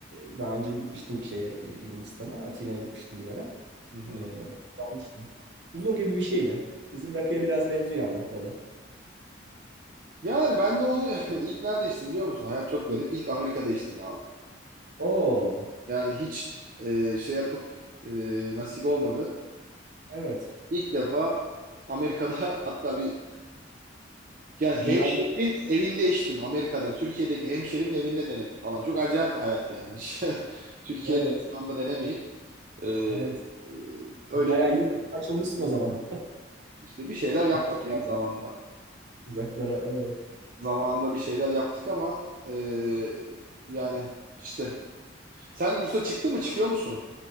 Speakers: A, on the right (about 65°); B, on the right (about 45°).
A: e, daha önce bir gitmiştim şeye e, Yunanistan'a. Atina'ya gitmiştim bir ara.
B: Hı hı.
A: E, orada almıştım. Uzo gibi bir şey de. Bizim rakıya biraz benziyor ama tadı.
B: Yani ben de onu <laughs> ilk nerede içtim biliyor musun? Hayat çok garip. İlk Amerika'da içtim abi.
A: Oo,
B: Yani hiç e, şey yapıp e, nasip olmadı.
A: evet.
B: İlk defa Amerika'da <laughs> hatta bir yani hemşerimin
A: Yunan
B: evinde içtim Amerika'da. Türkiye'deki hemşerimin evinde denedim falan. Çok acayip bir hayat yani. <laughs> Hiç Türkiye'de
A: evet
B: şu anda denemeyip Ee,
A: evet.
B: e, öyle
A: Bayağı
B: bir-
A: yurt dışına açılmışsın o zaman.
B: işte bir şeyler yaptık
A: <laughs>
B: ya zamanda.
A: Uzaklara evet.
B: Zamanında bir şeyler yaptık ama e, yani işte. Sen yurtta çıktın mı? Çıkıyor musun?